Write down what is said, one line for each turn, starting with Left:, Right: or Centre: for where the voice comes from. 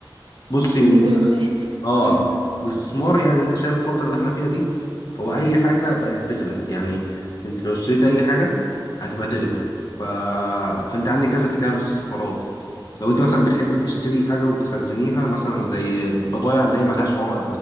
Left: بصي
Right: <laughs> الحمد لله
Left: اه
Right: امم
Left: الاستثمار يعني انت شايف الفتره اللي احنا فيها دي هو اي حاجه بقت تغلى يعني انت لو اشتريت اي حاجه هتبقى تغلى ف... فانت عندك كذا اتجاه من الاستثمارات لو انت مثلا بتحب تشتري حاجه وتخزنيها مثلا زي بضايع اللي هي ملهاش عو...